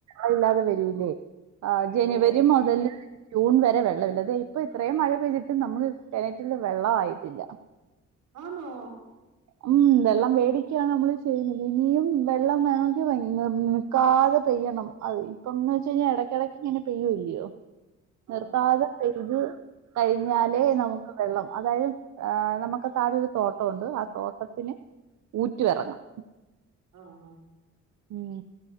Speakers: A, on the right; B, on the right.
A: അല്ലാതെ വരൂ ലെ ആ ജനുവരി
B: ഓ
A: മൊതല് ജൂൺ വരെ വെള്ളവില്ല അതെ ഇപ്പൊ ഇത്രേം മഴ പെയ്തിട്ടും നമുക്ക് കെണറ്റില് വെള്ളം ആയിട്ടില്ല
B: ആന്നോ
A: ഉം വെള്ളം വേടിക്യാണ് നമ്മള് ചെയ്യുന്നത് ഇനിയും വെള്ളം വേണോങ്കിൽ <unintelligible> നിൽക്കാതെ പെയ്യണം അത് ഇപ്പംന്ന് ച്ച കഴിഞ്ഞാ എടക്കെടയ്ക്ക് ഇങ്ങനെ പെയ്യൂല്ലയോ
B: ആ
A: നിർത്താതെ
B: ആ
A: പെയ്ത് കഴിഞ്ഞാലേ
B: ആ
A: നമുക്ക് വെള്ളം അതായത് ആ നമ്മക്ക് താഴൊരു തോട്ടോണ്ട് ആ തോട്ടത്തിന് ഊറ്റ് വെറങ്ങാം
B: ആഹ് ആ
A: ഉം